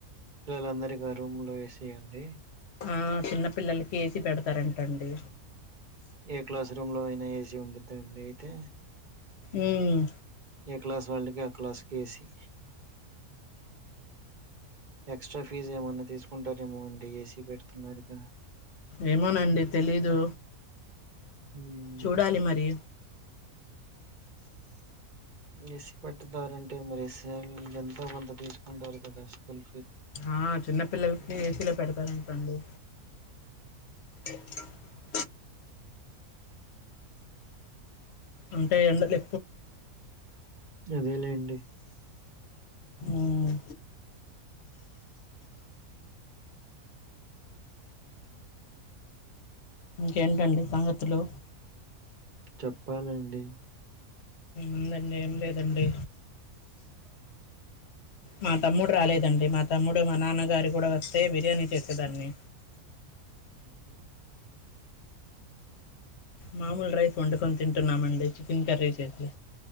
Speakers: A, on the right; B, on the left.
A: పిల్లలందరికి ఆ రూమ్ లో ఏసీ అండి
B: ఆ చిన్న పిల్లలకి ఏసీ పెడతారంట అండి
A: ఏ క్లాస్ రూమ్ లో అయినా ఏసీ ఉండిద్దా అండి అయితే
B: ఉమ్
A: ఏ క్లాస్ వాళ్ళకి ఆ క్లాసు కి ఏసీ ఎక్స్ట్రా ఫీజ్ ఏమన్నా తీసుకుంటారేమో అండి ఏసీ పెడుతున్నారుగా
B: ఏమోనండి తెలీదు
A: ఉమ్.
B: చూడాలి మరి
A: ఏసీ పెట్టుతారంటే మరి <unintelligible> ఎంత కొంత తీసుకుంటారు కదా అల్
B: ఆ చిన్నపిల్లలకి ఏసీలో పెడతారంట అండి అ అంటే ఎండలే
A: అదే లేండి
B: ఉమ్ ఇంకేంటండి సంగతులు
A: చెప్పండి
B: ఉందండి ఏం లేదండి మా తమ్ముడు రాలేదండి మా తమ్ముడు మా నాన్నగారు కూడా వస్తే బిర్యానీ చేసేదాన్ని
A: ఉహు
B: మామూలు రైస్ వండుకొని తింటున్నామండి చికెన్ కర్రీ చేసి